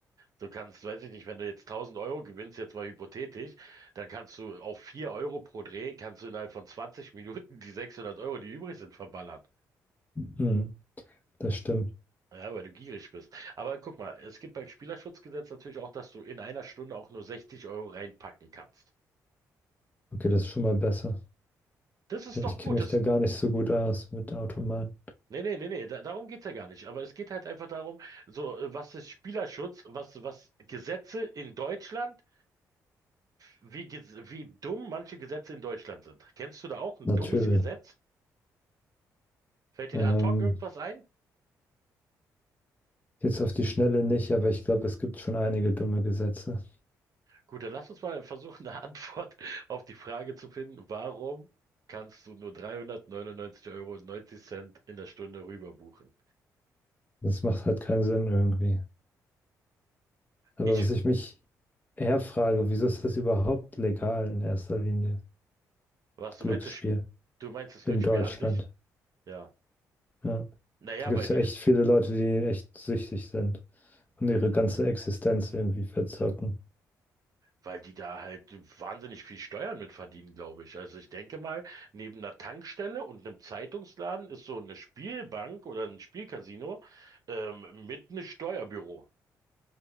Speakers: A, on the right; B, on the left.
A: Du kannst, weiß ich nicht, wenn du jetzt 1000 Euro gewinnst, jetzt mal hypothetisch, dann kannst du auf 4 Euro pro Dreh, kannst du innerhalb von 20 Minuten die 600 Euro, die übrig sind, verballern.
B: Hm, das stimmt.
A: Ja, weil du gierig bist. Aber guck mal, es gibt beim Spielerschutzgesetz natürlich auch, dass du in einer Stunde auch nur 60 Euro reinpacken kannst.
B: Okay, das ist schon mal besser.
A: Das ist
B: Ja,
A: doch
B: Ich kenne
A: gut.
B: mich
A: Das,
B: da gar nicht so gut aus mit Automaten.
A: nee, nee, nee, nee, da, darum geht's ja gar nicht. Aber es geht halt einfach darum, so, äh, was ist Spielerschutz, was, was Gesetze in Deutschland, wie, ges- wie dumm manche Gesetze in Deutschland sind. Kennst du da auch ein
B: Natürlich.
A: dummes Gesetz? Fällt dir
B: Ähm,
A: da ad hoc irgendwas ein?
B: jetzt auf die Schnelle nicht, aber ich glaube, es gibt schon einige dumme Gesetze.
A: Gut, dann lass uns mal versuchen, eine <laughs> Antwort auf die Frage zu finden, warum kannst du nur 399,90 Euro neunzig Cent in der Stunde rüber buchen?
B: Das macht halt keinen Sinn irgendwie. Aber
A: Ich,
B: was ich mich eher frage, wieso ist das überhaupt legal in erster Linie?
A: was, du
B: Glücksspiel
A: meinst das, Sp- du meinst das
B: in
A: Glücksspiel
B: Deutschland.
A: an sich? Ja.
B: Ja.
A: Naja,
B: Da gibt
A: weil
B: es
A: die,
B: ja echt viele Leute, die echt süchtig sind und ihre ganze Existenz irgendwie verzocken.
A: weil die da halt wahnsinnig viel Steuern mit verdienen, glaube ich. Also ich denke mal, neben einer Tankstelle und einem Zeitungsladen ist so eine Spielbank oder ein Spielcasino, ähm, mit einem Steuerbüro.